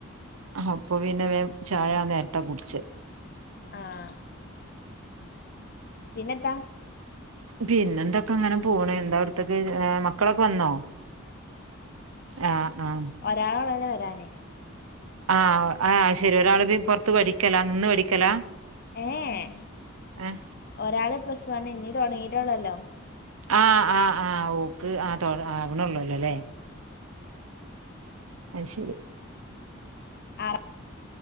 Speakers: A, on the right; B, on the left.
A: അപ്പൊ പിന്നെ വ ചായ നേരത്താ കുടിച്ച
B: ആഹ പിന്നന്താ
A: പിന്നെന്തൊക്കെ അങ്ങനെ പോണ എന്താ അവിടത്തക്ക മക്കളൊക്കെ വന്നോ ആഹ ആഹ
B: ഒരാളോളല്ലെ വരാനേ
A: ആഹ ആഹ ശെരി ഒരാള് പുറത്ത് പഠിക്കല നിന്ന് പഠിക്കലാ
B: ഏഹ
A: ഏഹ്
B: ഒരാള് പ്രസമാണ് ഇനി തുടങ്ങിട്ടള്ളല്ലോ
A: ആഹ് ആഹ്‌ ആഹ് ഊക്ക് ആ അവിണള്ളല്ലോ അല്ലേ അ ശരി
B: ആഹ